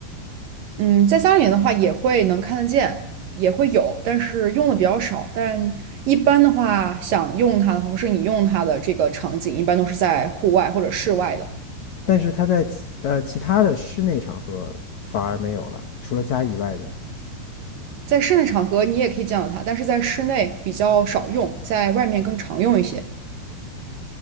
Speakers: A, on the right; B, on the left.
A: 嗯，在家里面的话也会能看得见，也会有，但是用的比较少。但一般的话，想用它的话，或是你用它的这个场景，一般都是在户外或者室外的。
B: 但是它在其呃其他的室内场合反而没有了，除了家以外的
A: 在室内场合你也可以见到它，但是在室内比较少用，在外面更常用一些。